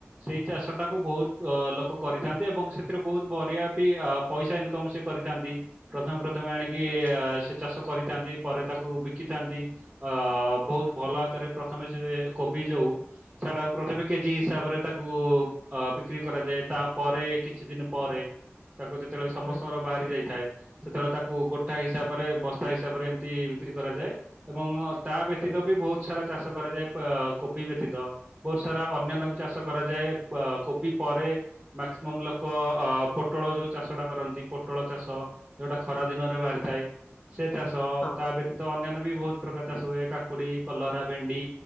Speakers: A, on the right; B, on the left.
A: ସେଇ ଚାଷ ଟାକୁ ବହୁତ ଅ ଲୋକ
B: ହୁଁ
A: କରିଥାନ୍ତି ଏବଂ ସେ ବହୁତ ବଢିଆ ବି ପଇସା ଇନକମ ସେ କରିଥାନ୍ତି ପ୍ରଥମେ ପ୍ରଥମେ ଆଣିକି
B: ଆଚ୍ଛା
A: ଚାଷ କରିଥାନ୍ତି ପରେ ତାକୁ ବିକିଥାନ୍ତି ଅ ବହୁତ ଭଲ
B: ହୁଁ
A: ଆକାରରେ ପ୍ରଥମେ ସେ କୋବି ଯୋଉ ସେଟା ପ୍ରଥମେ କେଜି
B: ହୁଁ
A: ହିସାବରେ ତାକୁ ଅ ବିକ୍ରି କରାଯାଏ ତାପରେ କିଛି ଦିନ ପରେ ତାକୁ ଯେତେବେଳେ ସମସ୍ତଙ୍କର
B: ହୁଁ
A: ବାହାରି ଯାଇଥାଏ ସେତେବେଳେ ତାକୁ ଗୋଟା ହିସାବରେ ବସ୍ତା ହିସାବରେ ଏମିତି ବିକ୍ରି କରାଯାଏ ଏବଂ ତା ବ୍ୟତୀତ
B: ହୁଁ
A: ବି ବହୁତ ସାରା ଚାଷ କରାଯାଏ କୋବି ବ୍ୟତୀତ ବହୁତ ସାରା ଅନ୍ୟାନ୍ୟ
B: ହୁଁ
A: ବି ଚାଷ କରାଯାଏ। କୋବି ପରେ ମାକ୍ସିମମ୍ ଲୋକ ଅ ପୋଟଳ ଯୋଉ ଚାଷଟା କରନ୍ତି ପୋଟଳ ଚାଷ ଯୋଉଟା ଖରା ଦିନରେ ବାହାରିଥାଏ ସେ ଚାଷ
B: ହଁ।
A: ତା ବ୍ୟତୀତ ଅନ୍ୟାନ୍ୟ ବି ବହୁତ ପ୍ରକାର ଚାଷ ହୁଏ କାକୁଡି କଲରା ଭେଣ୍ଡି